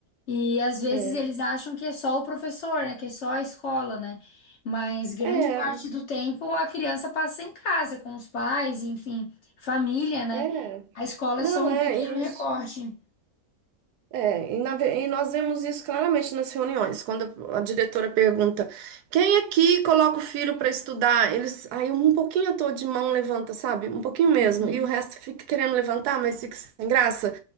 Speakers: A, on the left; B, on the right.
A: E às vezes
B: É,
A: eles acham que é só o professor, né? Que é só a escola, né? Mas grande
B: é,
A: parte do tempo a criança passa em casa com os pais, enfim, família, né?
B: é.
A: A escola
B: Não,
A: é só um
B: é
A: pequeno
B: isso.
A: recorte.
B: É, e, na ve- e nós vemos isso claramente nas reuniões, quando a, a diretora pergunta: quem aqui coloca o filho para estudar? Eles, aí um pouquinho à toa de mão levanta, sabe? Um pouquinho mesmo,
A: Uhum.
B: e o resto fica querendo levantar, mas fica sem graça.